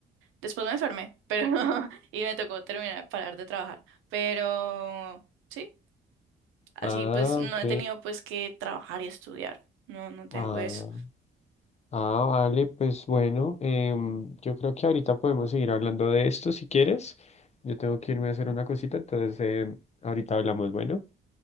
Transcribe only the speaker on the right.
Después me enfermé, pero <laughs> y me tocó terminar, parar de trabajar. Pero sí, así
pues no
he tenido pues que trabajar y estudiar. No, no tengo
eso.